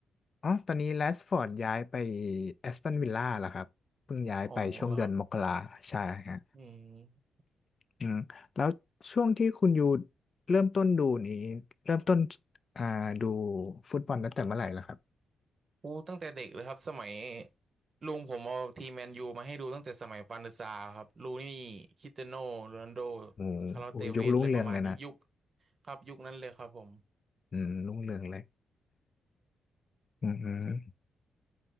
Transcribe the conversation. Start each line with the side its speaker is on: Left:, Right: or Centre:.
Left: อ๋อตอนนี้แรชฟอร์ดย้ายไปแอสตันวิลล่าแล้วครับเพิ่งย้ายไปช่วงเดือนมกราใช่ฮะ
Right: อ๋อแล้วครับอืม
Left: อืมแล้วช่วงที่คุณอยู่เริ่มต้นดูนี้เริ่มต้นอ่าดูฟุตบอลตั้งแต่เมื่อไหร่ล่ะครับ
Right: อู้ตั้งแต่เด็กเลยครับสมัยลุงผมเอาทีมแมนยูมาให้ดูตั้งแต่สมัยปานศึกษาครับลูนี่คริสเตียโน่โรนัลโด
Left: โอ้โหยุครุ่งเรืองเลยนะ
Right: คาร์ลอสเตเวสอะไรประมาณนี้ยุคครับยุคนั้นเลยครับผม
Left: อืมรุ่งเรืองเลยอืม